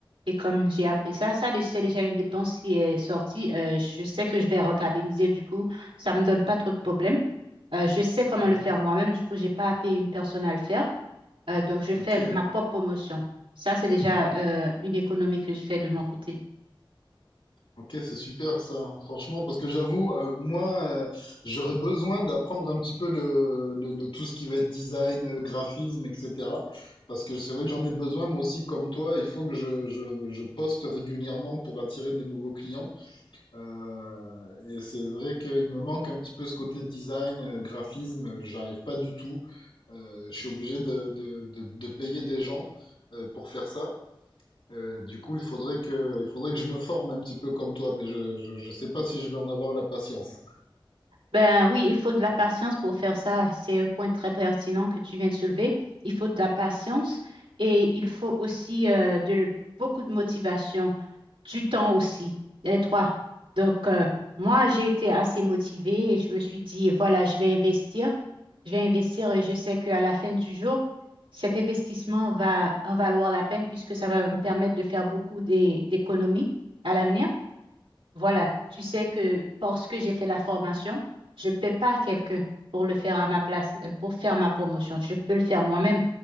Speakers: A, on the right; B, on the left.
A: Et comme j'ai appris ça, ça, dé- c'est déjà une dépense qui est sortie. Euh, je sais que je vais rentabiliser, du coup, ça me donne pas trop de problèmes. Euh, je sais comment
B: Mhm.
A: le faire moi-même, du coup, j'ai pas à payer une personne à le faire. Euh, donc, je fais
B: Ok.
A: ma propre promotion. Ça, c'est déjà euh, une économie que je fais de mon côté.
B: Ok, c'est super ça, franchement, parce que j'avoue, euh, moi, euh, j'aurais besoin d'apprendre un petit peu le, le- le- tout ce qui va être design, euh, graphisme, etc. Parce que c'est vrai que j'en ai besoin, moi aussi, comme toi, il faut que je, je, je poste régulièrement pour attirer des nouveaux clients. Euh, et c'est vrai qu'il me manque un petit peu ce côté design, euh, graphisme, euh, j'arrive pas du tout. Euh, je suis obligé de, de, de, de payer des gens euh, pour faire ça. Euh, du coup, il faudrait que, il faudrait que je me forme un petit peu comme toi, mais je, je, je sais pas si je vais en avoir la patience.
A: Ben oui, il faut de la patience pour faire ça. C'est un point très pertinent que tu viens de soulever. Il faut de la patience et il faut aussi euh, de, beaucoup de motivation, du temps aussi, les trois. Donc, euh, moi, j'ai été assez motivée et je me suis dit, voilà, je vais investir. Je vais investir et je sais qu'à la fin du jour, cet investissement va en valoir la peine puisque ça va me permettre de faire beaucoup d'é- d'économies à l'avenir. Voilà, tu sais que parce que j'ai fait la formation, je ne paie pas quelqu'un pour le faire à ma place, euh, pour faire ma promotion. Je peux le faire moi-même.